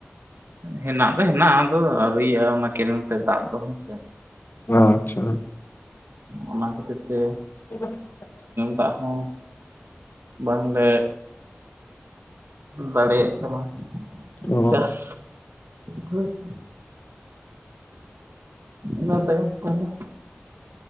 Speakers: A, on the right; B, on the left.
A: ᱦᱮᱱᱟᱜ ᱫᱚ ᱦᱮᱱᱟᱜᱼᱟ ᱟᱫᱚ ᱟᱹᱣᱨᱤᱭᱟᱜᱼᱟ ᱚᱱᱟ ᱠᱮᱱᱮᱞ ᱛᱮ ᱫᱟᱜ ᱫᱚ ᱦᱮᱸᱥᱮ
B: ᱟᱪᱪᱷᱟ
A: ᱚᱱᱟ ᱠᱷᱟᱹᱛᱤᱨ ᱛᱮ
B: <inaudible>
A: ᱫᱟᱜ ᱦᱚᱸ ᱵᱟᱝᱞᱮ ᱫᱟᱲᱮᱭᱟᱜ ᱠᱟᱱᱟ
B: ᱚ
A: ᱪᱟᱥ ᱦᱳᱭ ᱥᱮ ᱤᱱᱟᱹ ᱛᱟᱭᱚᱢ ᱛᱟᱦᱞᱮ